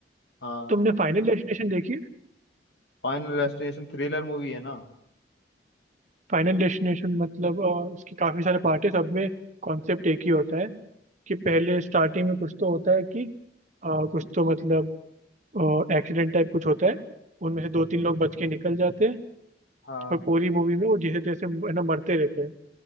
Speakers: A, on the left; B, on the right.
A: हाँ
B: तुमने फाइनल डेस्टिनेशन देखी है
A: फाइनल डेस्टिनेशन थ्रिलर मूवी है ना
B: फाइनल डेस्टिनेशन मतलब अ, इसके काफी सारे पार्ट है सब में कॉन्सेप्ट एक ही होता है कि पहले स्टार्टिंग में कुछ तो होता है कि अ, कुछ तो मतलब एक्सीडेंट टाइप कुछ होता है उनमें से दो तीन लोग बच के निकल जाते हैं
A: हाँ
B: और पूरी मूवी में वो जैसे तैसे है ना मरते रहते हैं